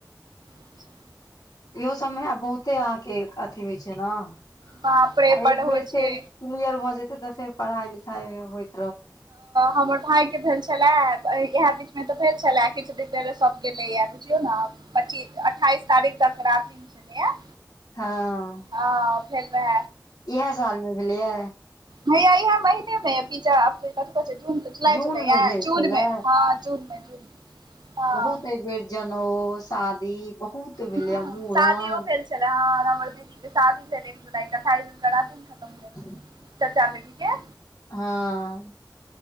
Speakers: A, on the right; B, on the left.
A: अच्छा।
B: इहो सबमेब बहुते अहाँके अथी होइ छै न आ
A: बाप रे बड
B: एक
A: होइ
B: बेर
A: छै
B: फेर। क्लियर भऽ जेते तऽ फेर पढ़ाई लिखाइ हो।
A: हमर भाई के भेल छलए, इएह बीच मे तऽ, भेल छलए किछु दिन ताई मे सब गेलेए बुझियौ ने पच्चीस अठाईस तारीख तक रातिम छलैया।
B: हँ।
A: ह फेर वै।
B: इएह साल मे भेलिये।
A: हाईया इहे महीने मे ऐ भिजा। गई कतअ छय जून जुलाई
B: जून
A: सब मे य
B: भेल
A: जूनमे
B: छलै
A: हँ जून मे जून। हँ
B: बहुत अइबैर जनऊ शादी बहुत। भेलैये
A: ह
B: मूड़न
A: शादीयौ भेल छलै, ह हमर दीदी के शादी भेल एक जुलाई के अठाइ जून क रातिम खतम भेल।
B: ह।
A: चचा बेटी के।
B: हँ